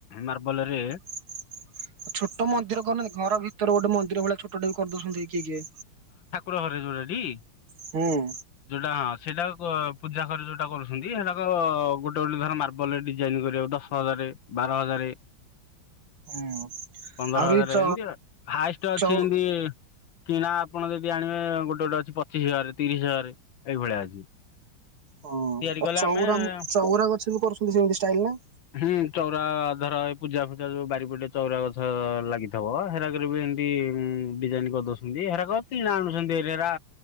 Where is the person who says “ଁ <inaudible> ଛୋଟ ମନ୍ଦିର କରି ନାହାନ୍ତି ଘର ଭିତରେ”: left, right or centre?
Right